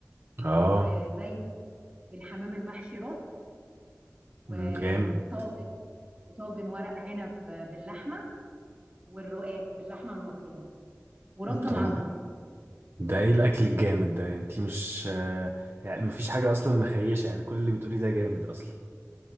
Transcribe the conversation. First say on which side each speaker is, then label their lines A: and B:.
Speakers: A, on the right; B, on the right.
A: اه
B: وزي الحمام المحشي رز وطاجن
A: مم. جامد
B: وطاجن ورق عنب باللحمه والرقاق باللحمه المفرومه ورز معمر
A: طب ده ايه الاكل الجامد ده انتي مش آه، يعني مفيش حاجه اصلا مخيشه يعني كل اللي بتقوليه ده جامد اصلا